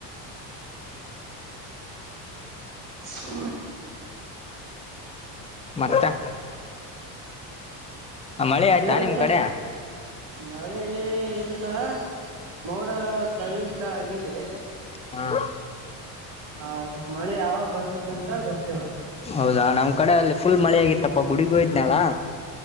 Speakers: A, on the right; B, on the left.
A: <inaudible>
B: ಮತ್ತೆ ಮಳೆ ಆಯ್ತಾ
A: ದೇವಸ್ಥಾ
B: ನಿಮ್ ಕಡೆ
A: ಮಳೆ ಎಲ್ಲ ಮೋಡ ಕವಿತಾಗಿದೆ
B: ಹಾಂ
A: ಹಾ ಮಳೆ ಯಾವಾಗ ಬರ್ತತಿ ಅಂತ ಗೊತ್ತಿಲ್ಲ
B: ಹೌದಾ ನಮ್ ಕಡೆ ಅಲ್ಲಿ ಫುಲ್ ಮಳೆ ಆಗಿತ್ತಪ್ಪ ಗುಡಿಗ ಹೋಯದ್ನಲ್ಲಾ